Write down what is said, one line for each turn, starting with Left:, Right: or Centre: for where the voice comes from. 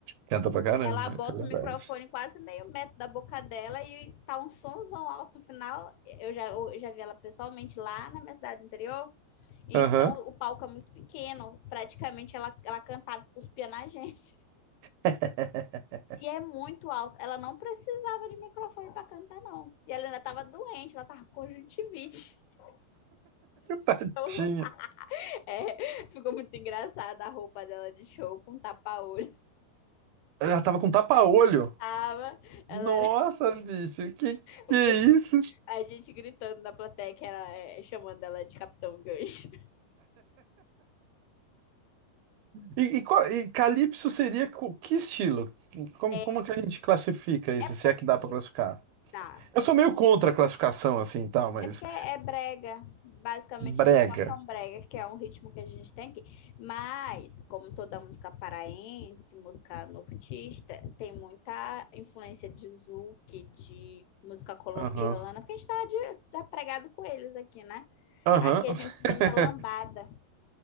Right: Canta pra caramba,
Left: Ela bota
Right: isso é verdade.
Left: o microfone quase meio metro da boca dela e tá um somzão alto no final. Eu já, eu já vi ela pessoalmente lá na minha cidade interior. Então
Right: Aham.
Left: o palco é muito pequeno. Praticamente ela, ela cantava e cuspia na <laughs> gente.
Right: <laughs>
Left: E é muito alto. Ela não precisava de microfone para cantar, não. E ela ainda tava doente, ela tava com conjuntivite. <laughs>
Right: Tadinha.
Left: Então, é, ficou muito engraçada a roupa dela de show com tapa-olho.
Right: Ela tava com tapa-olho.
Left: Tava, ela
Right: Nossa, bicho, que que
Left: Eu
Right: é
Left: penso-
Right: isso?
Left: A gente gritando na plateia, que ela é, chamando ela de Capitão Gancho.
Right: E, e, qual- e Calypso seria co- que estilo? Como,
Left: É,
Right: como que a gente classifica isso,
Left: é
Right: se
Left: porque
Right: é que dá pra classificar?
Left: dá.
Right: Eu sou meio contra a classificação assim, e tal, mas
Left: É porque é é brega. Basicamente,
Right: brega.
Left: eles tocam brega, que é um ritmo que a gente tem aqui. Mas, como toda música paraense, música nortista, tem muita influência de zouk, de música colombiana,
Right: Aham.
Left: porque a gente tá, de, tá pregado com eles aqui, né?
Right: Aham.
Left: Aqui
Right: <laughs>
Left: a gente escuta muita lambada.